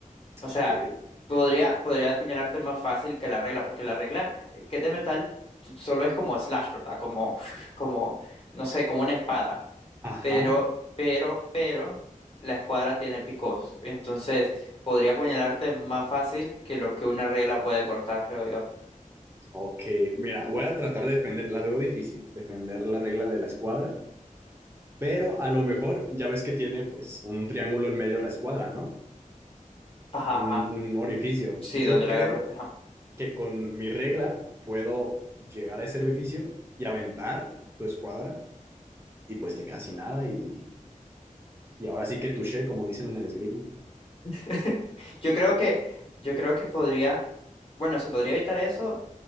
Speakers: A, on the left (about 40°); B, on the right (about 15°).
A: O sea,
B: Ok.
A: podría, podría apuñalarte más fácil que la regla, porque la regla eh, que es de metal tú- solo es como slash, ¿verdad? Como, <laughs> como, no sé, como una espada.
B: Ajá.
A: Pero, pero, pero, la escuadra tiene picos. Entonces, podría apuñalarte más fácil que lo que una regla puede cortar, creo yo.
B: Ok. Mira, voy a tratar de defender, la veo difícil, defender la regla de la escuadra, pero a lo mejor ya ves que tiene pues un triángulo en medio de la escuadra, ¿no?
A: Ajá,
B: Un,
A: ajá.
B: un orificio.
A: Sí,
B: Yo
A: donde la
B: creo
A: agarra
B: que con mi regla puedo llegar a ese orificio y aventar tu escuadra y pues te quedas sin nada y Y ahora sí que touché, como dicen en el esgrima.
A: <laughs> Yo creo que, yo creo que podría, bueno, se podría evitar eso